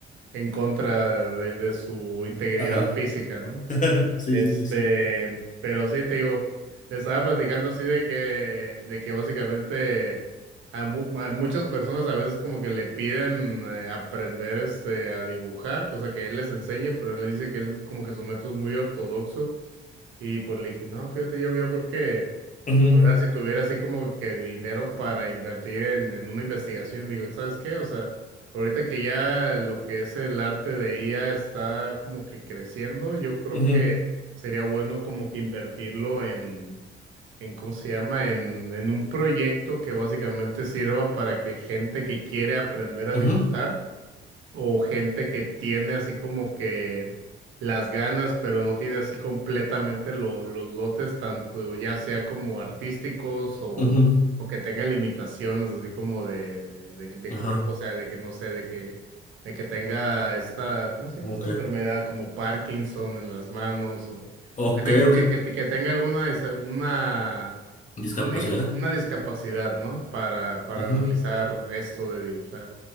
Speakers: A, on the right; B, on the left.
A: en contra de, de su integridad
B: Ajá.
A: física, ¿no?
B: <laughs> Sí,
A: Este,
B: sí, sí, sí.
A: pero sí, te digo, le estaba platicando así de que, de que básicamente a, mu- a muchas personas a veces como que le piden eh, aprender este a dibujar, cosa que él les enseñe, pero él les dice que él es como que su método es muy ortodoxo y pues le dije, no, fíjate, yo, yo creo que
B: Ujú,
A: Ahora, si tuviera así como que dinero para invertir en, en una investigación, digo, ¿sabes qué? O sea, ahorita que ya lo que es el arte de IA está como que creciendo, yo creo
B: ujú,
A: que sería bueno como que invertirlo en, en ¿cómo se llama? En, en un proyecto que básicamente sirva para que gente que quiere aprender a
B: ujú,
A: dibujar o gente que tiene así como que las ganas, pero no tiene así completamente lo- los dotes, tanto ya sea como artísticos o,
B: ujú.
A: o que tenga limitaciones así como de, de, de- de
B: Ajá.
A: cuerpo, o sea, de que no sé, de que, de que tenga esta, ¿cómo se llama
B: ¿Cómo
A: esta
B: que?
A: enfermedad? Como Parkinson en las manos o,
B: Ok,
A: o que tenga,
B: ok.
A: que, que, que tenga alguna, desa- una...
B: Discapacidad.
A: Una, una discapacidad, ¿no? Para, para
B: Ujú.
A: realizar esto de dibujar.